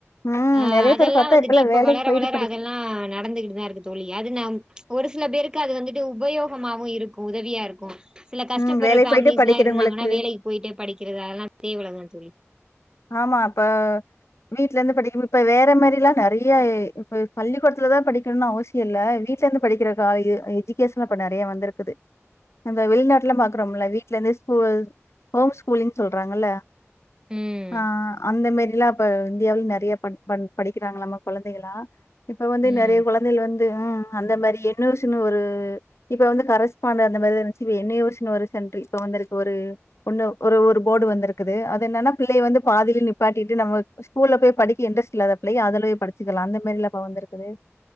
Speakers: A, on the left; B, on the right.
A: ம்
B: ஆ
A: நெறைய
B: அதெல்லா
A: பேர் பார்த்தா
B: வந்துட்டு
A: இப்பலாம்
B: இப்ப
A: வேலைக்கு
B: வளர
A: போயிட்டு
B: வளர
A: படிக்
B: அதெல்லா நடந்துகிட்டுதா இருக்குது தோழி அது ந ஒரு சில பேருக்கு அது வந்துட்டு உபயோகமாவு இருக்கு உதவியா இருக்கு சில கஷ்டப்படுற
A: ம் வேலைக்கு
B: ஃபேமிலிஸ்லா
A: போயிட்டு படிக்கிறவங்களுக்கு
B: இருந்தாங்கன்னா வேலைக்கு போயிட்டே படிக்கிறது அதெல்லாம் தேவலைங்கன் தோழி
A: ஆமா அப்ப வீட்ல இருந்து படிக்கணு இப்ப வேற மாரிலா நெறைய இப்ப பள்ளிக்கூடத்துல தா படிக்கணு அவசி இல்ல வீட்ல இருந்து படிக்கிற கால எஜுகேஷன்ல இப்ப நெறைய வந்துருக்குது நம்ப வெளிநாட்டுலா பாக்குறோம்ல வீட்ல இருந்து ஸ்கூல் ஹோம் ஸ்கூலின் சொல்றாங்கல்ல
B: ம்
A: ஆ அந்த மாரிலா இப்ப இந்தியாவில நெறைய பன் பன் படிக்கிறாங்களாமா கொழந்தைகளா இப்ப வந்து நெறைய
B: ம்
A: கொழந்தைகள் வந்து ம் அந்த மாரி என் னோசி ன்னு ஒரு இப்ப வந்து கரஸ்பாண்டு அந்த மாரி தா இருந்துச்சு இப்ப என் யோசினு ஒரு சென்ட்ரி இப்ப வந்துருக்கு ஒரு ஒண்ணு ஒரு ஒரு போர்டு வந்திருக்குது அது என்னன்னா பிள்ளைய வந்து பாதில நிப்பாட்டிட்டு நம்ம ஸ்கூல்ல போய் படிக்க இன்ரஸ்ட் இல்லாத பிள்ளைக அதுலயே படிச்சுகலா அந்த மேரில இப்ப வந்துருக்குது